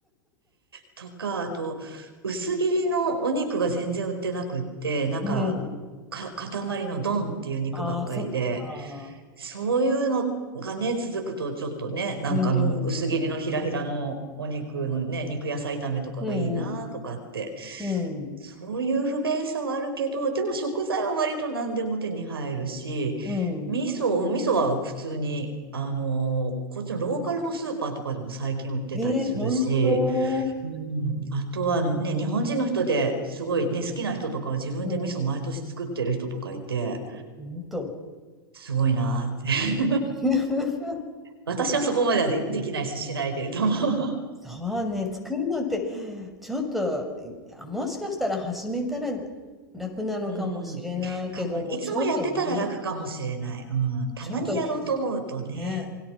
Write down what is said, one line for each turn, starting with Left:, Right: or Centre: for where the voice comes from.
Right: とか、あと、薄切りのお肉が全然売ってなくって、なんか、
Centre: うん。
Right: か、塊のドンっていう肉ばっかりで、
Centre: ああ、そっか。
Right: そういうのがね、続くとちょっとね、なんかあの、
Centre: うん。
Right: 薄切りのひらひらのお肉のね、肉野菜炒めとかがいいなとかって、
Centre: うん。うん。
Right: そういう不便さはあるけど、でも食材は割と何でも手に入るし、
Centre: うん。
Right: 味噌、お味噌は普通に、あのこっちのローカルのスーパーとかでも最近売ってたりするし、
Centre: ええ本当。
Right: うん。あとは、あのね、日本人の人ですごいね、好きな人とかは自分で味噌毎年作ってる人とかいて、
Centre: うん。本当。
Right: すごいなーって。<laughs>
Centre: <laughs>
Right: 私はそこまではで、できないし、しないけれども。<laughs>
Centre: そうね、作るのって、ちょっと、あもしかしたら始めたら楽なのかもしれないけども、
Right: うん。かも、いつもやってたら楽かもしれない。
Centre: ちょっとね、
Right: うん。たまにやろうと思うとね、
Centre: ちょっと、ね、